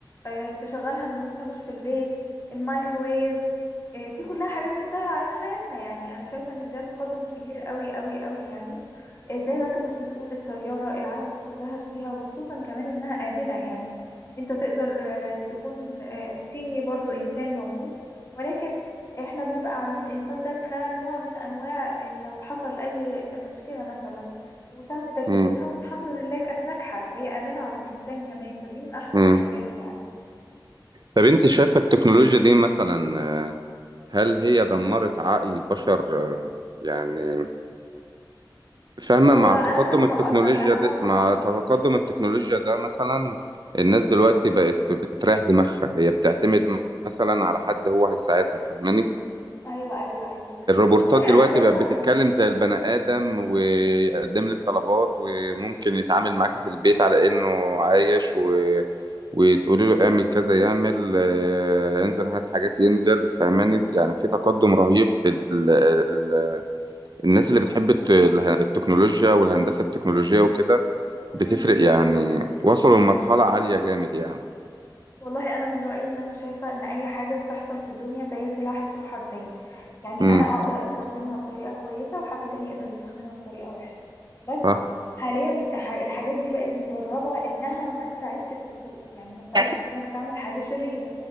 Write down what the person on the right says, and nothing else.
مم.
مم.
طب انت شايفة التكنولوجيا دي مثلا آه، هل هي دمرت عقل البشر آه، يعني فاهمة
مع
تقدم
التكنولوجيا
ده
مع
تقدم التكنولوجيا ده مثلا الناس دلوقتي بقت بتريح دماغها هي بتعتمد
مثلا على حد هو هيساعدها فاهماني
الروبورتات
دلوقتي
بقت بتتكلم
زي البني آدم ويقدم لك طلبات وممكن يتعامل معاكي في البيت على إنه عايش و... وتقولي له اعمل كذا يعمل آه، انزل هات حاجات ينزل فهماني يعني في تقدم رهيب ال... ال... الناس اللي بتحب الت... اله- التكنولوجيا والهندسة التكنولوجية وكده بتفرق
يعني وصلوا لمرحلة عالية جامد يعني
امم
صح
يعني